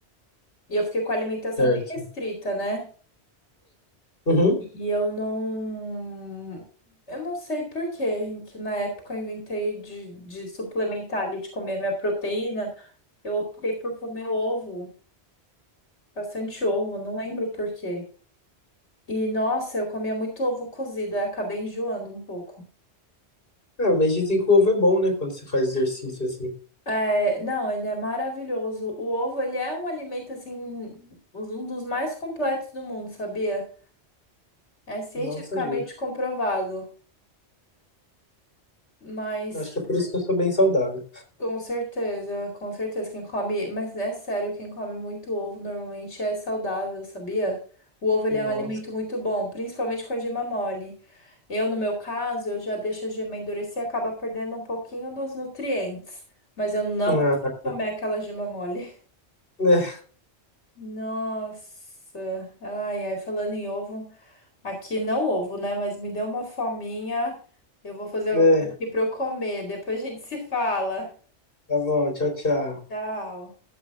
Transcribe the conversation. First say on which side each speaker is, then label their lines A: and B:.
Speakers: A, on the left; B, on the left.
A: e eu fiquei com a alimentação
B: Certo.
A: bem restrita, né?
B: Uhum.
A: E eu não. Eu não sei por quê, que na época eu inventei de, de suplementar ali, de comer minha proteína. Eu optei por comer ovo, bastante ovo, não lembro por quê. E nossa, eu comia muito ovo cozido, aí acabei enjoando um pouco.
B: Ah, mas dizem que o ovo é bom, né? Quando você faz exercício assim.
A: É, não, ele é maravilhoso. O ovo, ele é um alimento, assim, um dos mais completos do mundo, sabia? É cientificamente
B: Não sabia.
A: comprovado. Mas.
B: Acho que é por isso que eu sou bem saudável.
A: Com certeza, com certeza. Quem come, mas é sério, quem come muito ovo normalmente é saudável, sabia? O ovo ele
B: Nossa.
A: é um alimento muito bom, principalmente com a gema mole. Eu, no meu caso, eu já deixo a gema endurecer e acaba perdendo um pouquinho dos nutrientes. Mas eu não
B: Ah,
A: consigo comer aquela gema mole.
B: né?
A: Nossa, ai, ai, falando em ovo, aqui não ovo, né? Mas me deu uma fominha. Eu vou fazer alguma
B: né.
A: coisa aqui pra eu comer. Depois a gente se fala.
B: Tá bom, tchau, tchau.
A: Tchau.